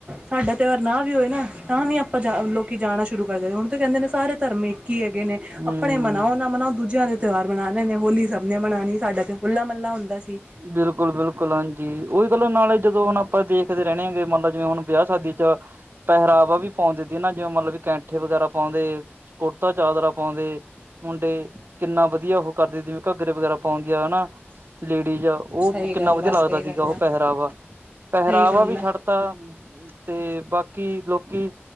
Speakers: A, on the right; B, on the right.
A: ਸਾਡਾ ਤਿਉਹਾਰ ਨਾ ਵੀ ਹੋਏ ਨਾ ਤਾਂ ਵੀ ਆਪਾਂ ਜਾ ਲੋਕੀ ਜਾਣਾ ਸ਼ੁਰੂ ਹੁਣ ਤਾਂ ਕਹਿੰਦੇ ਨੇ ਸਾਰੇ ਧਰਮ ਇੱਕ ਹੀ ਹੈਗੇ ਨੇ
B: ਹੂੰ।
A: ਆਪਣੇ ਮਨਾਓ ਨਾ ਮਨਾਓ ਦੂਜਿਆਂ ਦੇ ਤਿਉਹਾਰ ਮਨਾਨੇ ਨੇ ਹੋਲੀ ਸਭ ਨੇ ਮਨਾਣੀ ਸਾਡਾ ਤੇ ਹੋਲਾ ਮਹਲਾ ਹੁੰਦਾ ਸੀ।
B: ਬਿਲਕੁਲ, ਬਿਲਕੁਲ ਹਾਂਜੀ। ਉਹੀ ਗੱਲਾਂ ਨਾਲੇ ਜਦੋਂ ਹੁਣ ਆਪਾਂ ਦੇਖਦੇ ਰੇਨੇ ਆਾਂਗੇ। ਮੰਨ ਲਓ ਜਿਵੇਂ ਹੁਣ ਵਿਆ ਸ਼ਾਦੀ ਚ ਪਹਿਰਾਵਾ ਵੀ ਪੌਂਦੇ ਦਦੀ ਨਾ। ਜਿਵੇਂ ਮਨਲ ਵੀ ਕੈਂਠੇ ਵਗੈਰਾ ਪੌਂਦੇ ਕੁੜਤਾ ਚਾਦਰਾ ਪੌਂਦੇ ਮੁੰਡੇ ਕਿੰਨਾ ਵਧੀਆ ਉਹ ਕਰਦੇ ਸੀ ਘੱਗਰੇ ਵਗੈਰਾ ਪਾਉਂਦੀ ਆ ਹਨਾ। ਲੇਡੀਜ਼ ਉਹ
A: ਸਹੀ
B: ਕਿੰਨਾ
A: ਗੱਲ
B: ਵਧੀਆ
A: ਆ ਸਹੀ
B: ਲੱਗਦਾ ਤੀਗਾ।
A: ਗੱਲ
B: ਉਹ
A: ਆ
B: ਪਹਿਰਾਵਾ ਪਹਿਰਾਵਾ
A: ਸਹੀ ਗੱਲ
B: ਵੀ ਛੱਡਤਾ
A: ਆ
B: ਤੇ ਬਾਕੀ ਲੋਕੀ